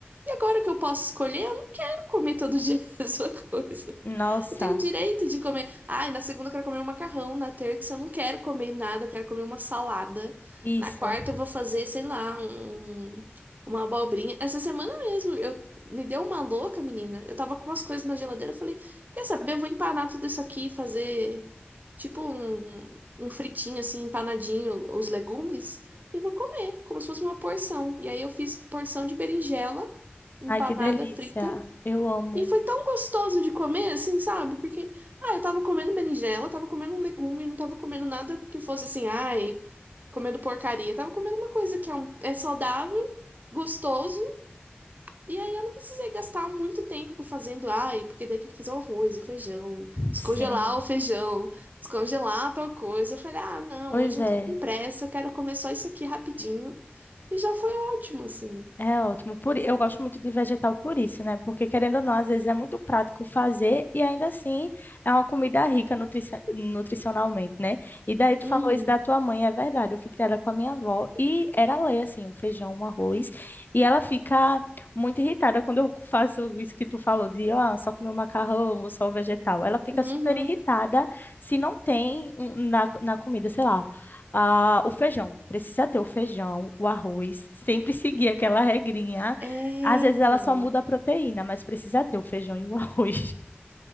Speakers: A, on the right; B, on the left.
A: E agora que eu posso escolher, quero comer todo dia <laughs> a mesma coisa.
B: Nossa,
A: Eu tenho direito de comer. Ai, na segunda eu quero comer um macarrão, na terça eu não quero comer nada, eu quero comer uma salada.
B: isso.
A: Na quarta eu vou fazer, sei lá, um, uma abobrinha. Essa semana mesmo, eu me deu uma louca, menina. Eu tava com umas coisas na geladeira, eu falei, quer saber? Eu vou empanar tudo isso aqui e fazer tipo um, um fritinho assim, empanadinho, os legumes, e vou comer, como se fosse uma porção. E aí eu fiz porção de berinjela empanada
B: Ai, que delícia.
A: frita
B: Eu amo.
A: e foi tão gostoso de comer, assim, sabe? Porque, ah, eu tava comendo berinjela, tava comendo um legume, não tava comendo nada que fosse assim, ai, comendo porcaria. Eu Tava comendo uma coisa que é, um- é saudável, gostoso, e aí eu não precisei gastar muito tempo fazendo, ai, porque daí tem que fazer o arroz, o feijão, descongelar
B: Sim,
A: o feijão, descongelar tal coisa. Eu falei, ah, não,
B: pois
A: hoje
B: é.
A: eu tô com pressa, eu quero comer só isso aqui rapidinho. E já foi ótimo, assim.
B: É ótimo. Por, eu gosto muito de vegetal por isso, né? Porque, querendo ou não, às vezes é muito prático fazer e ainda assim é uma comida rica nutrici- nutricionalmente, né? E daí tu
A: Uhum,
B: falou isso da tua mãe, é verdade. Eu fui criada com a minha avó e era lei, assim, um feijão, um arroz. E ela fica muito irritada quando eu <laughs> faço isso que tu falou de, ó, só comer o macarrão ou só o vegetal. Ela fica
A: uhum.
B: super irritada se não tem um- na, na comida, sei lá ah, o feijão. Precisa ter o feijão, o arroz, sempre <laughs> seguir aquela regrinha.
A: É,
B: Às vezes
A: então.
B: ela só muda a proteína, mas precisa ter o feijão e o arroz. <laughs>